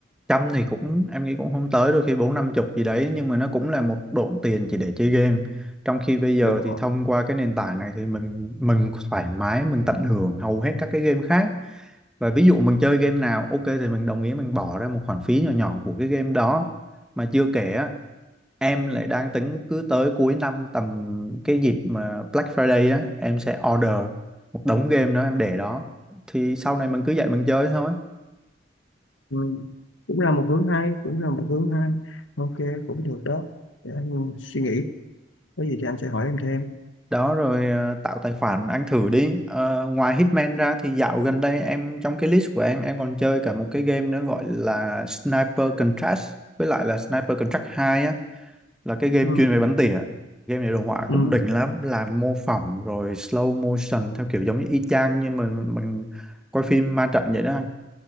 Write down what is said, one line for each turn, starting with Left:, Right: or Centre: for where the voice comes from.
Centre: Trăm thì cũng em nghĩ cũng không tới đôi khi bốn năm chục gì đấy nhưng mà nó cũng là một độn tiền chỉ để chơi game. Trong khi bây giờ
Left: đúng
Centre: thì thông qua cái nền tảng này thì mình mình thoải mái mình tận hưởng hầu hết các cái game khác. Và ví dụ mình chơi game nào ok thì mình đồng ý mình bỏ ra một khoản phí nhỏ nhỏ của cái game đó. Mà chưa kể á, em lại đang tính cứ tới cuối năm tầm cái dịp mà Black Friday á em sẽ order một đống game đó em để đó thì sau này mình cứ dậy mình chơi thôi.
Left: Ừ. Cũng là một hướng hay, cũng là một hướng hay. Ok, cũng được đó. Để anh suy nghĩ. Có gì thì anh sẽ hỏi em thêm.
Centre: đó rồi ờ, tạo tài khoản anh thử đi Ờ, ngoài Hitman ra thì dạo gần đây em trong cái list của em em còn chơi cả một cái game nữa gọi là Sniper Contract với lại là Sniper Contract 2 á là cái game
Left: Ừ.
Centre: chuyên về bắn tỉa game này đồ họa
Left: Ừ.
Centre: cũng đỉnh lắm là mô phỏng rồi slow motion theo kiểu giống như y chang như mình mình quay phim ma trận vậy đó anh